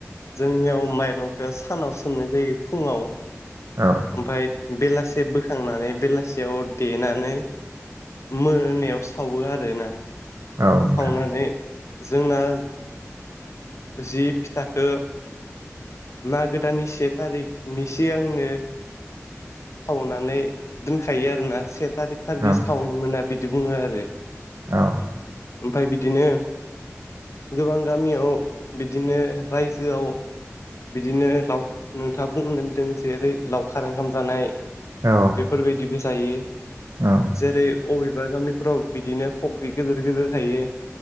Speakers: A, on the left (about 65°); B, on the right (about 75°).
A: जोंनियाव माइरंखौ सानाव सोमनाय जायो फुङाव
B: औ
A: ओमफ्राय बेलासे बो खांनानै बेलासियाव देनानै मोनायाव सावो आरोना।
B: औ नोंथां।
A: सावनानै जोंना जि फिथाखौ मागो दाननि से थारिखनि सिगांनो खावनानै दोनखायो आरोना से थारिख खालि
B: औ
A: सावनो मोना बिदि बुङो आरो।
B: औ
A: ओमफ्राय बिदिनो गोबां गामियाव बिदिनो रायजोआव बिदिनो लाव नोंथाङा बुंदों जेरै लावखार ओंखाम जानाय
B: औ
A: बेफोरबायदिबो जायो
B: औ
A: जेरै अबेबा गामिफ्राव बिदिनो फख्रि गिदिर गिदिर थायो